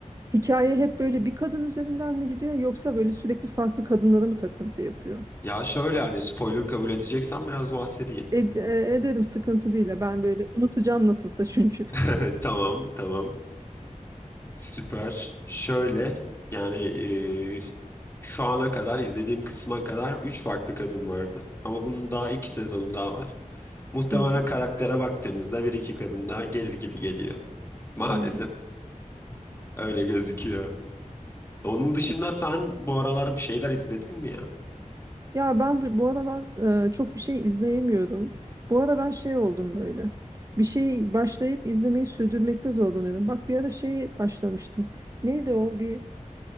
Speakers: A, on the right (about 25°); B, on the left (about 20°).
A: hikaye hep böyle bir kadın üzerinden mi gidiyor yoksa böyle sürekli farklı kadınlara mı takıntı yapıyor?
B: Ya şöyle hani spoiler kabul edeceksen biraz bahsedeyim.
A: E, e, ederim sıkıntı değil ya ben böyle unutacağım nasılsa çünkü. <laughs>
B: <laughs> Tamam tamam. Süper. Şöyle yani eee, şu ana kadar izlediğim kısma kadar 3 farklı kadın vardı. Ama bunun daha 2 sezonu daha var. Muhtemelen
A: Hmm,
B: karaktere baktığımızda bir iki kadın daha gelir gibi geliyor. <laughs> Maalesef
A: hmm.
B: öyle gözüküyor. Onun dışında
A: İşte,
B: sen bu aralar bir şeyler izledin mi ya?
A: ya ben bu, bu aralar e, çok bir şey izleyemiyorum. Bu ara ben şey oldum böyle. Bir şeyi başlayıp izlemeyi sürdürmekte zorlanıyorum. Bak bir ara şeyi başlamıştım. Neydi o? Bir